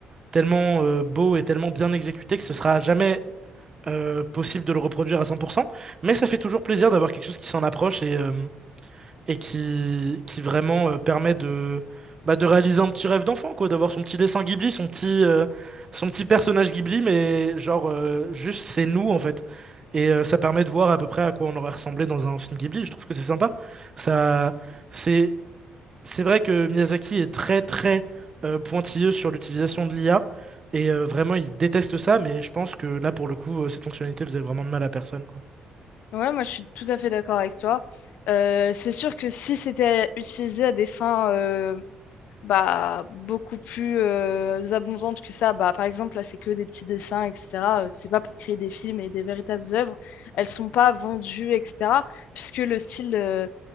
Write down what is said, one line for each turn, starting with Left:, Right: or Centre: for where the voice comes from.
Right: tellement euh, beau et tellement bien exécuté que ce sera jamais euh, possible de le reproduire à 100%, mais ça fait toujours plaisir d'avoir quelque chose qui s'en approche et, euh, et qui, qui vraiment euh, permet de, bah, de réaliser un petit rêve d'enfant, quoi, d'avoir son petit dessin Ghibli, son petit, euh, son petit personnage Ghibli, mais genre, euh, juste c'est nous en fait. Et euh, ça permet de voir à peu près à quoi on aurait ressemblé dans un film Ghibli. Je trouve que c'est sympa. Ça, c'est c'est vrai que Miyazaki est très très euh, pointilleux sur l'utilisation de l'IA et euh, vraiment il déteste ça, mais je pense que là pour le coup, euh, cette fonctionnalité faisait vraiment de mal à personne, quoi.
Left: Ouais, moi je suis tout à fait d'accord avec toi. Euh, c'est sûr que si c'était utilisé à des fins euh, bah, beaucoup plus euh, abondantes que ça, bah, par exemple, là c'est que des petits dessins, etc. euh, C'est pas pour créer des films et des véritables œuvres. Elles sont pas vendues, etc. Puisque le style. euh,